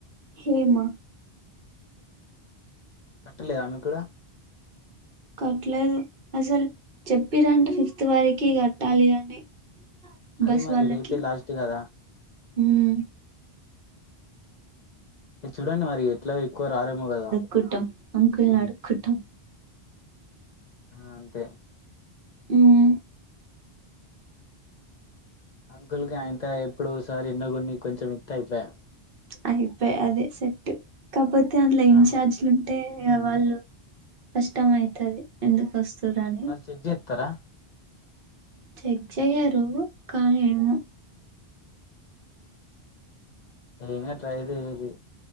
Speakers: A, on the right; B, on the left.
A: హేమ
B: కట్టలేదా ఆమెకు కూడా
A: కట్లేదు అసలు చెప్పిరంట ఫిఫ్త్ వరకి కట్టాలి అని
B: అదే
A: బస్సువాళ్లకి,
B: మరి రేపే లాస్ట్ కదా
A: హుమ్
B: చూడండి మరి ఎట్లా ఎక్కువ రారేమో కదా
A: కుట్టం అంకుల్నడుకుట్టం
B: ఆ అంతే
A: ఉమ్మ్
B: అంకుల్కి అయింత ఎప్పుడో ఓసారి ఎన్నో కొన్ని కొంచెం ఇత్తే అయిపోయె.
A: అయిపోయే అదే సెట్, కాపోతే అందులో ఇన్చార్జిలుం
B: ఆ
A: టే వాళ్ళు కష్టమైతది, ఎందుకు వస్తుర్రని
B: వాళ్ళు చెక్ చేత్తరా?
A: చెక్ చేయరు, కానీ ఏమో
B: ఏంకాదు ట్రై చెయ్యుర్రి